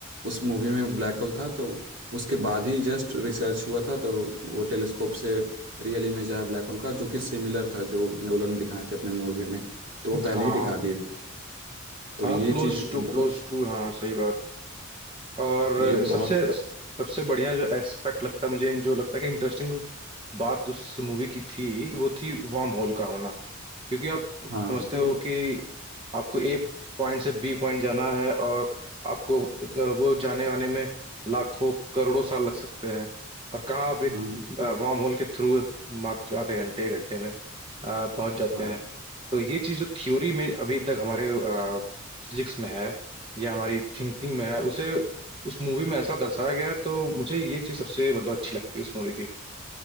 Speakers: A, on the right (about 60°); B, on the right (about 25°).
A: उस मूवी में ब्लैक होल था तो उसके बाद ही जस्ट रिसर्च हुआ था तो वो टेलीस्कोप से रियल इमेज आया ब्लैक होल का जो कि सिमिलर था जो नोलन दिखाए थे अपने मूवी में तो वो पहले
B: हाँ
A: ही दिखा दिए तो
B: हाँ
A: ये
B: क्लोज
A: चीज़ बहुत-
B: टू क्लोज टू हाँ सही बात और
A: ये
B: सबसे
A: बहुत
B: सबसे बढ़िया जो एस्पेक्ट लगता है मुझे जो लगता है कि इंटरेस्टिंग बात उस मूवी की थी वो थी वार्म होल का होना क्योंकि आप
A: हाँ
B: समझते हो कि आपको ए पॉइंट से बी पॉइंट जाना है और आपको अ, वो जाने आने में लाखों करोड़ों साल लग सकते हैं और कहाँ आप एक
A: हाँ
B: वार्म होल के थ्रू मात्र आधे घंटे एक घंटे में अ, पहुंच जाते
A: हाँ
B: हैं तो ये चीज़ जो थ्योरी में अभी तक हमारे फिजिक्स में है या हमारी थिंकिंग में है उसे उस मूवी में ऐसा दर्शाया गया है तो मुझे ये चीज़ सबसे मतलब अच्छी लगती है उस मूवी की